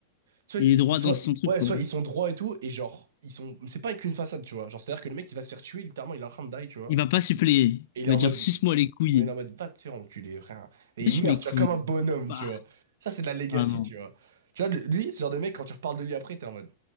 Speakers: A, on the right (about 80°); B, on the left (about 55°).
A: Soit
B: Il
A: ils
B: est droit
A: ils sont,
B: dans son truc,
A: ouais,
B: quoi.
A: soit ils sont droits et tout, et genre, ils sont, c'est pas qu'une façade, tu vois. Genre, c'est-à-dire que le mec, il va se faire tuer, littéralement, il est en train de die, tu vois.
B: Il va pas suppléer.
A: Et il
B: Il
A: est en
B: va dire,
A: mode,
B: suce-moi les couilles.
A: On est en mode, va te faire enculer, frère. Et
B: Lâche
A: il meurt,
B: mes
A: tu
B: couilles.
A: vois, comme un bonhomme,
B: Bah,
A: tu vois. Ça, c'est de la legacy,
B: vraiment.
A: tu vois. Tu vois, le- lui, ce genre de mec, quand tu reparles de lui après, t'es en mode,